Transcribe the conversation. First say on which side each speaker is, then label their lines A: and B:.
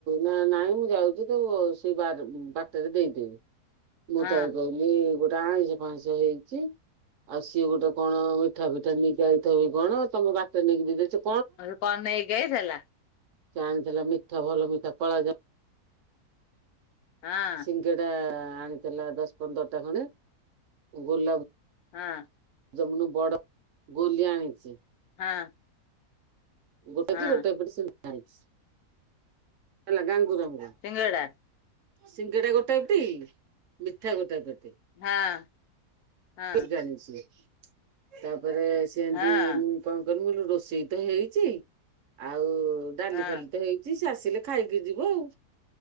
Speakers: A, on the right; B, on the left.
A: ନା ନାଇଁ ମୁଁ ଯାଉଛି ତ ସେଇ ବା ବାଟରେ ଦେଇଦେବି।
B: ହଁ
A: ମୁଁ ଥାଇ କହିଲି ଗୋଟେ ଆଇଁଷ ଫାଇଂଶ ହେଇଚି ଆଉ ସିଏ ଗୋଟେ କଣ ମିଠା ଫିଠା ନେଇକି ଆଇଥିବ କି କଣ ତମ ବାଟରେ ନେଇକି ଦେଲେ ସେ
B: ଆଉ କଣ ନେଇକି ଅଇଥିଲା।
A: ସେ ଆଣିଥିଲା ମିଠା ଭଲ ମିଠା କଳା ଯାମୁ
B: ହଁ
A: ସିଙ୍ଗେଡ଼ା ଆଣିଥିଲା ଦଶ ପନ୍ଦର ଟା ଖଣ୍ଡେ ଅ ଗୋଲାପ
B: ହଁ।
A: ଜମନୁ ବଡ ଗୋଲିଆ ଆଣିଚି
B: ହଁ।
A: ଗୋଟେ
B: ହଁ
A: କି ଗୋଟେ ଏପଟେ ସୂ ଆଣିଚି <inaudible> ହେଲା ଗାଙ୍ଗୁରମର।
B: ଶିଙ୍ଗେଡା।
A: ସିଙ୍ଗେଡା ଗୋଟେ ପେଟି ମିଠା ଗୋଟାଏ ପେଟି।
B: ହଁ ହଁ
A: <unintelligible> ଆଣିଛି ତାପରେ ସେମିତି
B: ହଁ
A: ମୁଁ କଣ କଲି ମୁଁ ରୋଷେଇ ତ ହେଇଛି ଆଉ ଡାଲି
B: ହଁ
A: ଫାଲି ତ ହେଇ ଚି ଆସିଲେ ଖାଇକି ଯିବ ଆଉ